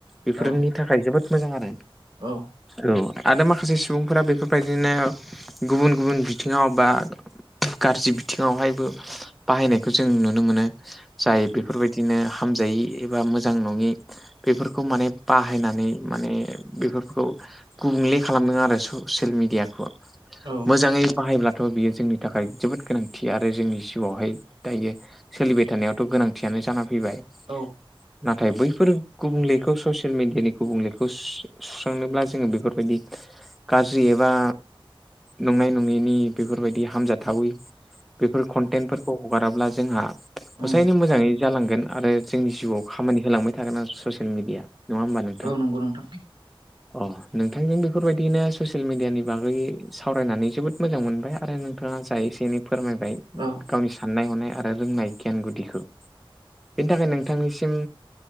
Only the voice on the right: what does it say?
औ
औ
औ
औ
उम औ
औ नंगौ नोंथां
औ